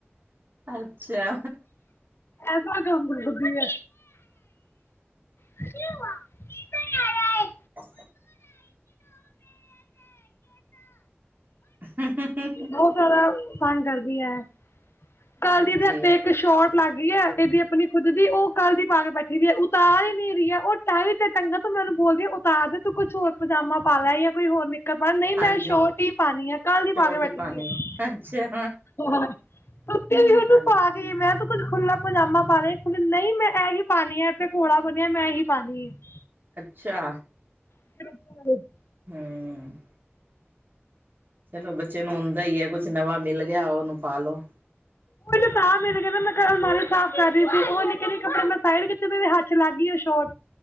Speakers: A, on the right; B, on the left.
A: ਅੱਛਾ,,
B: ਐਸਾ ਕੰਮ ਕਰਦੀ ਆ, ਕੀ ਆ <unintelligible>
A: ਅ <unintelligible> ਹ <unintelligible>
B: ਬਹੁਤ
A: <unintelligible>
B: ਜ਼ਿਆਦਾ ਤੰਗ ਕਰਦੀ ਹੈ ਕੱਲ
A: ਹਾਂਜੀ
B: ਦੀ ਅਧਹਾਤੇ ਇੱਕ ਸ਼ੋਰਟ ਲੱਗ ਗਈ ਹੈ ਇਹਦੀ ਆਪਣੀ ਖੁਦ ਦੀ ਉਹ ਕੱਲ੍ਹ ਦੀ ਪਾ ਕੇ ਬੈਠੀ ਦੀ ਹੈ ਉਤਾਰ ਨਹੀਂ ਹੀ ਮੇਰੀ ਹੈ ਉਹ ਤ ਤੇ ਟੰਗਾ ਤ ਮੈਨੂੰ ਬੋਲ, ਉਤਾਰ ਦੇ ਤੂੰ ਕੁਛ ਹੋਰ ਪਜਾਮਾ ਪਾ ਲੈ ਜਾਂ ਕੋਈ ਹੋਰ ਨਿਕਰ ਨਹੀਂ
A: ਹਾਂਜੀ
B: ਮੈਂ ਸ਼ੋਟ ਹੀ ਪਾਣੀ ਆ ਕੱਲ
A: ਛੋਟ
B: ਦੀ ਪਾ ਕੇ ਬੈਠੀ
A: ਹੀ ਪਾਣੀ
B: ਦੀ ਆ
A: ਹੈ ਅੱਛਾ
B: ਉਹਨੂੰ
A: ਹਾਂਜੀ
B: ਪਾ <unintelligible> ਮੈਂ ਤਾਂ ਕੁੱਝ ਖੁੱ੍ਹਲਾ ਪਜਾਮਾ ਪਾ ਲਿਆੁੱਲ ਨਹੀਂ ਮੈਂ ਇ ਹੀ ਪਾਉਣੀ ਆ ਇਥੇ ਘੋੜਾ ਬਣਿਆ ਮੈਂ ਇ ਹੀ ਪਾਣੀ ਆ
A: ਅੱਛਾ,
B: <unintelligible>
A: ਹਮ <unintelligible> ਚਲੋ ਬੱਚੇ ਨੂੰ ਹੁੰਂਦਾ ਹੀ ਹੈ ਕੁਛ ਨਵਾਂ ਮਿਲ ਗਿਆ ਉਹਨੂੰ ਪਾਲੋ
B: ਉਹ ਕਹਿੰਦਾ ਮੈਂ ਆਲਮਾਰੀ ਸਾਫ਼ ਕਰ ਰਹੀ ਸੀ ਉਹ ਨਿੱਕੇ ਕੱਪੜੇ ਮੈਂ ਸਾਈ ਹੱਥ ਲੱਗ ਗਈ ਉਹ ਸ਼ੋਟ